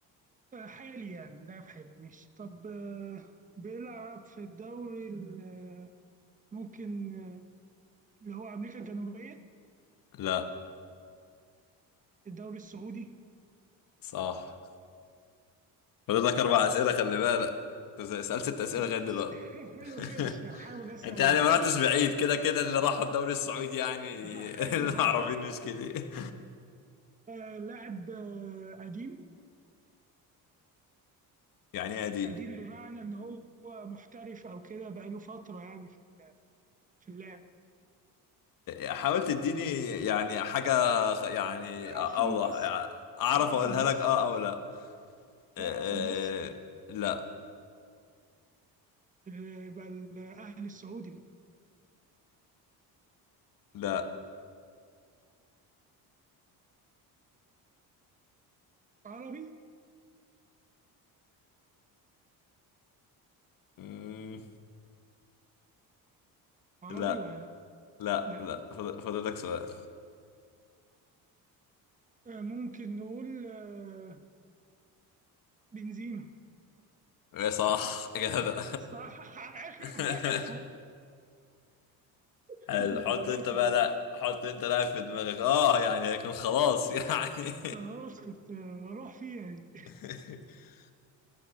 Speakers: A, on the right; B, on the left.
A: آه، حالي يعني لاعب حالي ماشي طب آه بيلعب في الدوري ال- آه، ممكن آه، اللي هو أمريكا الجنوبية
B: لا
A: الدوري السعودي
B: صح فاضل لك اربع اسئله خلي بالك انت سالت ست اسئله
A: ايش
B: لغايه دلوقتي
A: <laughs> ايوه ماشي
B: <laughs>
A: هحاول اسال
B: انت يعني ما رحتش بعيد كده كده اللي راحوا الدوري السعودي يعني
A: <laughs> ايوه
B: <laughs> العربيين مش كتير
A: آه، لاعب آه، قديم
B: يعني ايه قديم
A: قديم بمعنى إن هو محترف أو كده بقى له فترة يعني في في اللعب
B: حاول تديني يعني حاجه خ- يعني
A: بيلعب
B: اوضح
A: في النصر
B: اعرف
A: بيلعب
B: اقولها
A: في النصر
B: لك اه او لا آه،
A: بيلعب في النصر
B: آه، لا
A: ال- بقى الأهلي السعودي بقى.
B: لا
A: عربي
B: مم،
A: عربي
B: لا
A: ولا لا
B: لا
A: لا
B: لا فاضل فاضل لك سؤال
A: آه، ممكن نقول آه، بنزيما
B: ايه صح كده
A: صح <laughs> على آخر
B: <laughs>
A: واحد
B: حلو
A: <laughs>
B: حط
A: <applause> على
B: انت
A: آخر
B: بقى
A: واحد.
B: لا حط انت لاعب في دماغك اه يعني لكن خلاص يعني
A: خلاص كنت آه، أروح فيها يعني
B: <laughs>